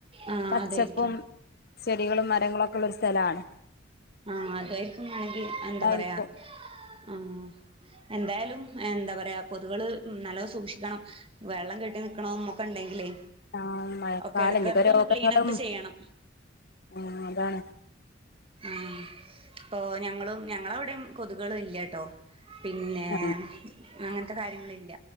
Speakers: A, on the right (about 30°); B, on the left (about 55°).
A: ആഹ്
B: പച്ചപ്പും
A: അതായിരിക്കും
B: ചെടികളും മരങ്ങളുമൊക്കെ ഉള്ളൊരു സ്ഥലമാണ്
A: ആഹ് അതക്കും വേണെങ്കിൽ എന്താ
B: അതായിരിക്കും
A: പറയാ ആഹ് എന്തായാലും എന്താ പറയാ കൊതുകള് നല്ല സൂക്ഷിക്കണം വെള്ളം കെട്ടി നിക്കണന്നൊക്കെ ഉണ്ടെങ്കിലേ
B: ആഹ് മഴക്കാലം
A: ഒക്കെ ഇടക്കിടക്ക്
B: ഇനീപ്പ രോഗങ്ങളും
A: ഒന്ന് ക്ലീൻ അപ്പ് ചെയ്യണം
B: ആഹ് അതാണ്
A: ഉം ഓ ഞങ്ങളും ഞങ്ങളവിടെയും കൊതുകുകൾ ഇല്ലാട്ടോ പിന്നെ
B: ആ
A: അങ്ങനത്തെ കാര്യങ്ങളില്ല